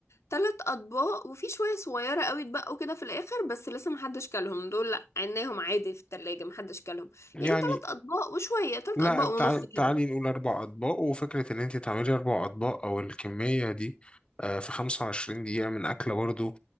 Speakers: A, on the left (about 85°); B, on the left (about 25°).
A: ثلاث اطباق وفي شويه صغيره قوي اتبقوا كده في الاخر بس لسه محدش كلهم دول لا عيناهم عادي في التلاجة محدش كلهم
B: يعني
A: يعني ثلاث اطباق وشويه ثلاث
B: لا
A: اطباق
B: تعالي,
A: ونص كده
B: تعالي نقول اربع اطباق وفكره ان انت تعملي اربع اطباق او الكميه دي آه في 25 دقيقه من اكله برضو